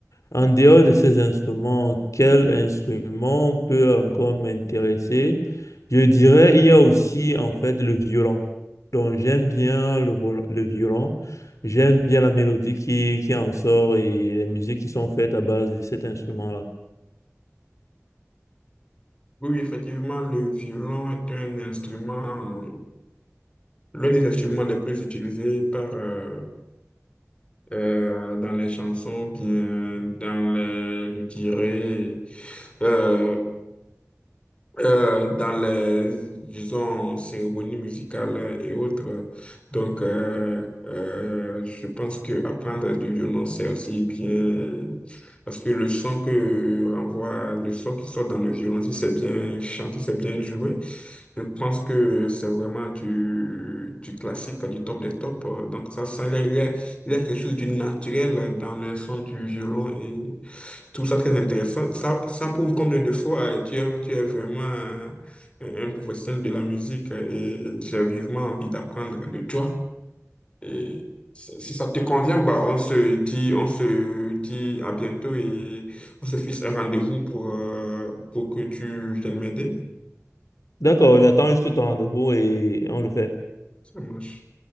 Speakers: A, on the left; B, on the left.
A: en dehors de ces instruments, quel instrument peut encore m'intéresser? Je dirais, il y a aussi en fait le violon. Donc j'aime bien le, vol- le violon, j'aime bien la mélodie qui, qui en sort et les musiques qui sont faites à base de cet instrument-là.
B: Oui, oui, effectivement, le violon est un instrument, euh, l'un des instruments les plus utilisés par, euh, euh, dans les chansons, bien dans les, je dirais, euh, euh, dans les, disons, cérémonies musicales et autres. Donc, euh, euh, je pense que apprendre du violon, c'est aussi bien, parce que le son que renvoie, le son qui sort dans le violon, si c'est bien chanté, c'est bien joué, je pense que c'est vraiment du, du classique, du top des tops. Donc, ça, ça, il y a, il y a il y a quelque chose de naturel dans le son du violon tout ça très intéressant. Ça, ça prouve combien de fois euh, tu es, tu es vraiment euh, un, un professionnel de la musique euh, et j'ai vivement envie d'apprendre de toi. Et si si ça te convient, bah, on se dit, on se dit à bientôt et on se fixe un rendez-vous pour, euh, pour que tu viennes m'aider.
A: D'accord, j'attends juste ton rendez-vous et on le fait.
B: Ça marche.